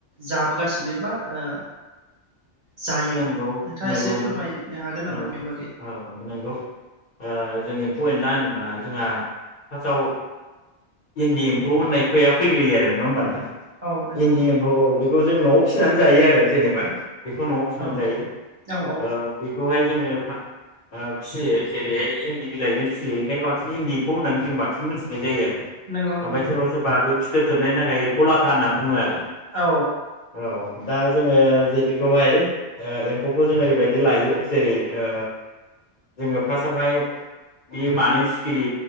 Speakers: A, on the right; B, on the left.
A: जाबोगासिनो बा ओ। जायो
B: नंगौ-नंगौ
A: नोंथाङा एसे
B: नोंथां
A: फोरमायनो हागोन नामा
B: नंगौ
A: बेनि बागै
B: औ-औ नंगौ ओ जों एम्फौ-एन्ला
A: औ
B: होनोबा जोंहा फासाव इन्दि एम्फौ होननाय खया फैग्रोयो आरो नङा होमबा नोंथां।
A: औ नंगौ
B: इन्दि एम्फौ बे खौ जों न'आव फिसिनानै जायो आरो जेनेबा बेखौ न'आव। होजायो
A: औ
B: ओ
A: औ औ
B: बे बेखौहाय जोङो फाब ओ फिसियो जेरैहाय इन्दि बिलाइजों फिसियो ओंखायनो बांसिन इन्दि एम्फौ होननानै जों बांसिन मोनथिनाय जायो आरो।
A: नंगौ नंगौ
B: आमफाय सोरबा-सोरबा बे फि फिथोबथोबनायनि थाखाय एम्फौ लाथा होनना बुङो आरो।
A: औ।
B: औ दा जोङो जे बेखौहाय। ओ एम्फौखौ जों ओरैबायदि लायो जेरै- ओ जोङो फासावहाय बे मानै सिखिरि